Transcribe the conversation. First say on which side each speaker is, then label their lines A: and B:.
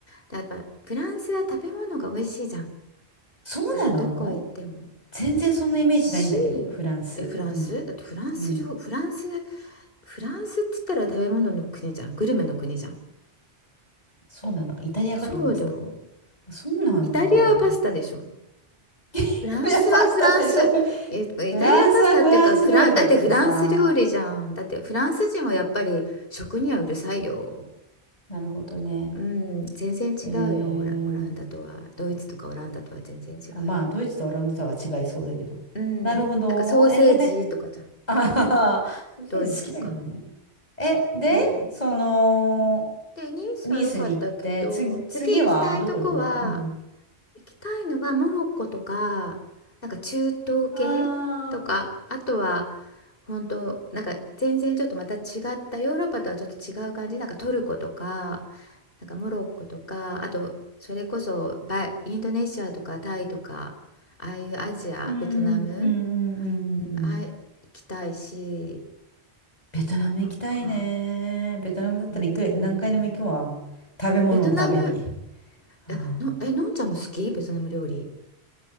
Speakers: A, on the left; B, on the left.
A: でやっぱフランスは食べ物が美味しいじゃん。
B: そうなの
A: なんかどこ行っても
B: 全然そんなイメージないんだけど、
A: 美味しいよ。
B: フランス。
A: え、フランスだってフランス料、
B: うん、うん。
A: フランス、フランスっつったら食べ物の国じゃん。グルメの国じゃん。
B: そうなんだ。イタリアかと思ってた。
A: そうだよ。
B: そうなんだ。
A: イタリアはパスタでしょ。
B: <laughs> イタリアパスタでしょ。
A: フランスはフランス、
B: <laughs>
A: えっと、
B: フランスはフランス料理だけどさ。
A: イタリアパスタっていうか、フラン、だってフランス料理じゃん。だってフランス人はやっぱり食にはうるさいよ。
B: なるほどね。
A: うん、全然違うよ、
B: えー、
A: オラ、オランダとは。ドイツとかオランダとは全然違うよ。
B: あ、まあ、ドイツとオランダとは違いそうだけど。
A: うん、
B: なるほど。
A: なんかソーセージとかじゃん、
B: え、そんで、あはは <laughs> ソーセージ好きだけどね。
A: ドイツとか。
B: え、で、
A: うん。
B: その、
A: で、ニースは良かったけど、
B: ニースに行って、つ、
A: 次行きたいとこは、
B: 次はどこ行くのうん。
A: 行きたいのはモロッコとか、なんか中東系とか、
B: ああ、
A: あとは本当、なんか全然ちょっとまた違ったヨーロッパとはちょっと違う感じ、なんかトルコとか、なんかモロッコとか、あとそれこそバインドネシアとかタイとか、ああいうアジア、
B: うん、
A: ベトナム、
B: うん、うん、うん、うん。
A: うん、
B: うん
A: あ、行きたいし、
B: ベトナム行きたいね。
A: なんか、
B: ベトナムだったら行く、
A: うーん、
B: 何回でも行くわ。食べ物のために。
A: ベトナム、
B: <laughs> はあ
A: え、の、え、のんちゃんも好きベトナム料理。